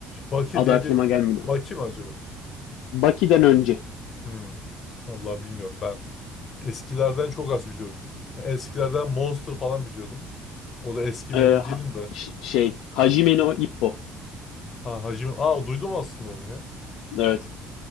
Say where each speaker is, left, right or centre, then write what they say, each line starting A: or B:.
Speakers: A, on the left; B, on the left.
A: Baki
B: Adı
A: diye
B: aklıma
A: bir
B: gelmedi.
A: Baki mi acaba?
B: Baki'den önce.
A: Hı. Allah bilmiyorum ben. Eskilerden çok az biliyorum. Yani Eskilerden Monster falan biliyorum. O da eski mi
B: Ee,
A: emin değilim
B: ha-
A: de.
B: şey Hajime no Ippo.
A: Ha Hacı... Aa duydum aslında onu ya.
B: Evet.